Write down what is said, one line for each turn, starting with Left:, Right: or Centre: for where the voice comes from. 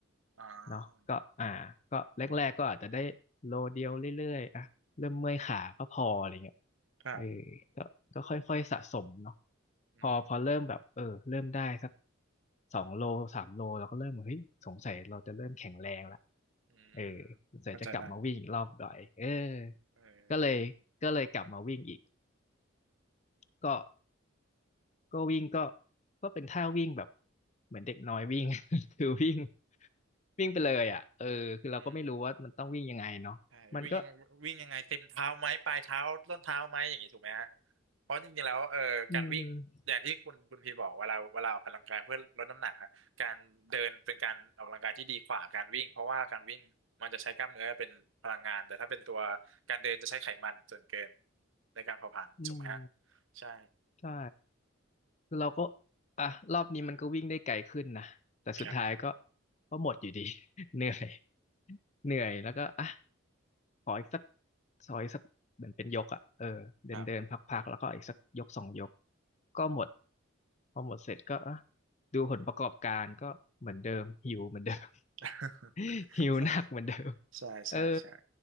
Right: อ่
Left: เนาะก็อ่าก็แรกๆก็อาจจะได้โลเดียวเรื่อยๆอ่ะ
Right: า
Left: เริ่มเมื่อยขาก็พออะไรเงี้ย
Right: ครับ
Left: เออก็ก็ค่อยๆสะสมเนาะ
Right: อืม
Left: พอพอเริ่มแบบเออเริ่มได้สักสองโลสามโลเราก็เริ่มเฮ้ย สงสัยเราจะเริ่มแข็งแรงละ
Right: อืมเข้าใจได้
Left: เออสงสัยจะกลับมาวิ่งอีกรอบหน่อยเออ
Right: เออ
Left: ก็เลยก็เลยกลับมาวิ่งอีกก็ก็วิ่งก็ก็เป็นท่าวิ่งแบบเหมือนเด็กน้อยวิ่ง <laughs> คือวิ่งวิ่งไปเลยอ่ะเออคือเราก็ไม่รู้ว่ามันต้องวิ่งยังไงเนาะมันก็
Right: อืม ใช่วิ่งยังวิ่งยังไงเต็มเท้าไหมปลายเท้าต้นเท้าไหมอย่างนี้ถูกไหมฮะเพราะจริงๆแล้วเอ่อการวิ่งอย่างที่คุณคุณพีบอกเวลาเวลาออกกำลังกายเพื่อลดน้ำหนักอะการเดินเป็นการออกกำลังกายที่ดีกว่าการวิ่งเพราะว่าการวิ่งมันจะใช้กล้ามเนื้อเป็นพลังงานแต่ถ้าเป็นตัว
Left: อืม
Right: การเดินจะใช้ไขมันส่วนเกินในการเผาผลาญถูกไหมฮะ
Left: อืม
Right: ใช่
Left: ใช่ คือเราก็อ่ะรอบนี้มันก็วิ่งได้ไกลขึ้นนะแต่สุดท้ายก็
Right: ครับ
Left: ก็หมดอยู่ดี <laughs>
Right: อืม
Left: เหนื่อยเหนื่อยแล้วก็อ่ะ ขออีกสักขออีกสักเหมือนเป็นยกอ่ะเออเดินเดินพักๆแล้วก็อีกสักยกสองยก
Right: ครับ
Left: ก็หมดพอหมดเสร็จก็อ่ะดูผลประกอบการก็เหมือนเดิมหิวเหมือนเดิม
Right: <laughs>
Left: <laughs> หิวหนักเหมือนเดิม
Right: ใช่ใช่ใช่ใช่
Left: เออ